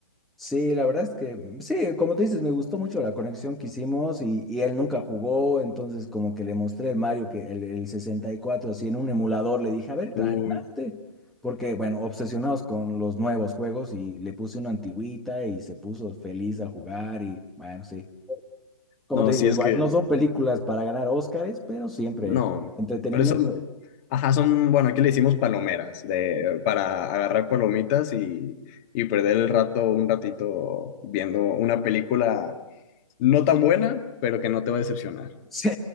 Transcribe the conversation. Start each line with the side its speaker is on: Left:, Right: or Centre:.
Centre: Sí, la verdad es que mm, sí, como tú dices, me gustó mucho la conexión que hicimos y, y él nunca jugó, entonces como que le mostré el Mario que el, el 64, así en un emulador, le dije, a ver,
Left: Uy,
Centre: tra- anímate, porque bueno, obsesionados con los nuevos juegos y le puse una antigüita y se puso feliz a jugar y bueno, sí. Como
Left: no,
Centre: te digo,
Left: sí es
Centre: igual
Left: que
Centre: no son películas para ganar Óscares, pero siempre
Left: No,
Centre: entretenimiento.
Left: pero eso,
Centre: <laughs>
Left: ajá, son, bueno, aquí le decimos palomeras, de, para agarrar palomitas y, y perder el rato, un ratito viendo una película no tan buena, pero que no te va a decepcionar.
Centre: Sí,